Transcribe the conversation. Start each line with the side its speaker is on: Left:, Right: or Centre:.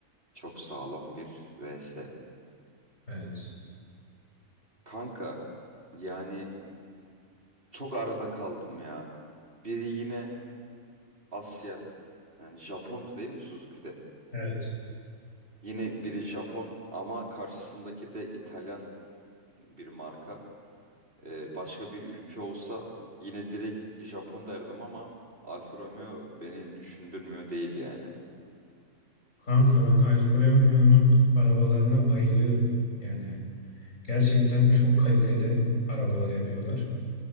Right: Çok sağlam bir vs.
Left: Evet.
Right: Kanka yani çok arada kaldım ya. Biri yine Asya. Yani Japon'du değil mi Suzuki'de?
Left: Evet.
Right: Yine biri Japon ama karşısındaki de İtalyan bir marka. Ee, başka bir ülke olsa yine direkt Japon derdim ama Alfa Romeo beni düşündürmüyor değil yani.
Left: Kanka ben Alfa Romeo'nun arabalarına bayılıyorum. Yani gerçekten çok kaliteli arabalar yapıyorlar.